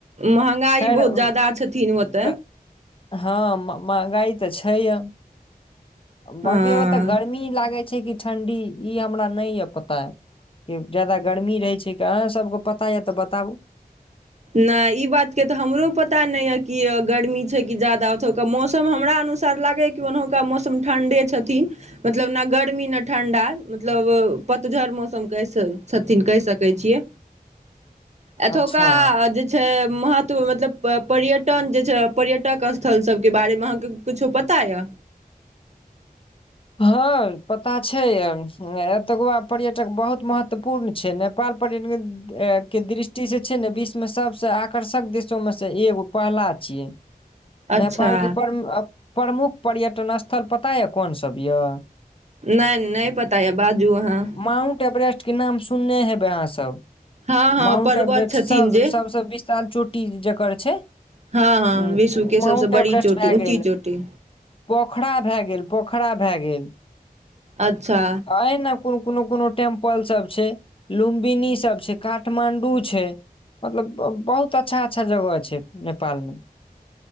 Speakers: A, on the right (about 45°); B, on the left (about 35°).
A: महँगाई
B: खैर
A: बहुत ज्याददा छथिन कन मत
B: क- हँ महगाइ तऽ छै य बगे
A: हँ
B: ओ तऽ गर्मी लागै छै कि ठण्डी ई हमरा नहि यऽ पता य जाादा गर्मी रहै छै कि अहाँ सबके पता यऽ तऽ बताबू
A: नहि ई बातके तऽ हमरो पता नहि यए कि गर्मी छै कि जाादा ओतुका मौसम हमरा अनुसार लागैए कि ओनहुका मौसम ठण्ढे छथिन मतलब ने गर्मी ने ठण्ढा मतलब पतझड़ मौसम कैस छथिन कहि सकै छियै एतुका
B: अच्छा
A: जे छै महत्व मतलब पर्यटन के छै पर्यटक स्थल सभ के बारे में आहा के कुछो पता या
B: हँ पता छै एतको आब पर्यटक बहुत महत्वपूर्ण छै नेपाल पर्यटक के दृष्टिसँ छै ने विश्वमे सभसँ आकर्षक देशोमे सँ एगो पहला छियै नेपाल
A: अच्छा
B: के पर प्रमुख पर्यटन स्थल पता है कोनस सभ य
A: नहि नहि पता य बाजू अहाँ
B: माउंट एवरेस्ट के नाम सुनने हेबै अहाँ सब
A: हँ हँ
B: माउंट
A: पर्वत
B: एवरेस्ट
A: छथिन
B: सब
A: जे
B: सबसँ विशाल चोटी जकर छै
A: हँ हँ
B: ह
A: विश्वके सबसँ
B: माउंट
A: बड़ी
B: एवरेस्ट
A: चोटी
B: भए
A: ऊँची
B: गेल
A: चोटी
B: पोखरा भए गेल पोख भए गेल
A: अच्छा
B: ए ने कोनो कोनो टेम्पल सभ छै लुंबिनी ई सब छै काठमांडू छै मतलब बहुत अच्छा जगह छै नेपाल में